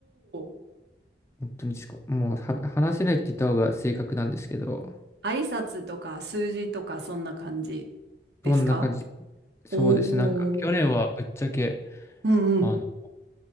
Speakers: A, on the right; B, on the left.
A: ー。
B: 本当にすこもうは話せないって言った方が正確なんですけど、
A: 挨拶とか数字とかそんな感じですか
B: そんな感じ、そうですね。
A: おー。
B: なんか去年はぶっちゃけ、
A: うんうん。
B: あの、